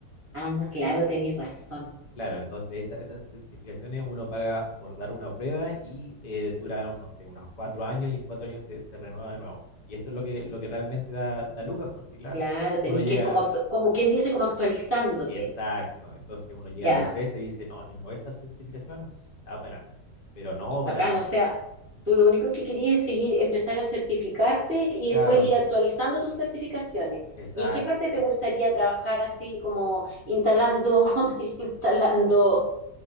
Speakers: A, on the right; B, on the left.
A: Ah, claro, tenés razón.
B: Claro, entonces esta- esas certificaciones uno paga por dar una prueba y eh, dura, no sé, unos cuatro años y en cuatro años se, se renueva de nuevo. Y esto es lo que, lo que realmente da, da lucas, porque claro,
A: Claro, tenés
B: uno llega,
A: que ir como, actu- como quien dice, como actualizándote.
B: exacto, entonces uno llega
A: Ya,
B: a la empresa y dice, no, tengo esta certificación y está para adelante. Pero no,
A: bacán,
B: para mí,
A: o sea, tú lo único que querías es seguir, empezar a certificarte y
B: claro,
A: después ir actualizando tus certificaciones.
B: exacto.
A: ¿Y en qué parte te gustaría trabajar así como instalando, <laughs> instalando